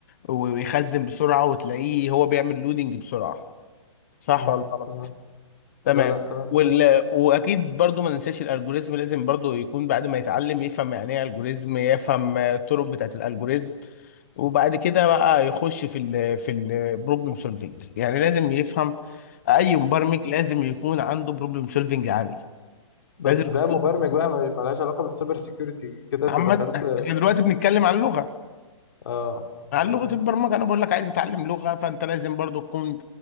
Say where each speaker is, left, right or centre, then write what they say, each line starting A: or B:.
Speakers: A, on the left; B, on the left.
A: ويخزن بسرعة وتلاقيه هو بيعمل لودنج بسرعة صح
B: امم
A: ولا غلط؟
B: تمام
A: تمام
B: لا لا تمام صح
A: وال... واكيد برضو ما ننساش الالجوريزم لازم برضو يكون بعد ما يتعلم يفهم يعني ايه الجوريزم يفهم آه، الطرق بتاعه الالجوريزم وبعد كده بقى يخش في ال في البروبلم سولفينج يعني لازم يفهم اي مبرمج لازم يكون عنده بروبلم سولفينج عالي
B: بس
A: لازم تكون-
B: ده مبرمج بقى ما- ملهاش علاقه بالسايبر سيكيورتي كده
A: محمد
B: انت دخلت
A: احنا دلوقتي بنتكلم عن لغة
B: اه
A: على
B: تمام
A: لغة البرمجة أنا بقول لك عايز أتعلم لغة فأنت لازم برضو تكون